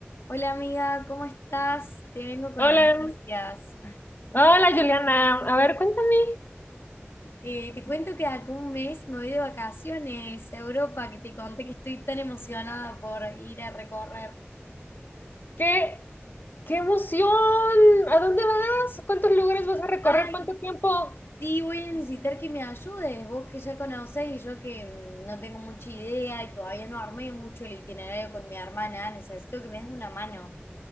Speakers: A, on the left; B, on the left.
A: Hola amiga, ¿cómo estás? Te vengo con
B: Hola,
A: noticias.
B: hola Juliana. A ver, cuéntame,
A: Eh, te cuento que acá un mes me voy de vacaciones a Europa, que te conté que estoy tan emocionada por ir a recorrer.
B: ¿qué, qué emoción? ¿A dónde vas? ¿Cuántos lugares vas a recorrer?
A: Ay,
B: ¿Cuánto tiempo?
A: sí, voy a necesitar que me ayudes, vos que ya conocés y yo que mm, no tengo mucha idea y todavía no armé mucho el itinerario con mi hermana, necesito que me des una mano.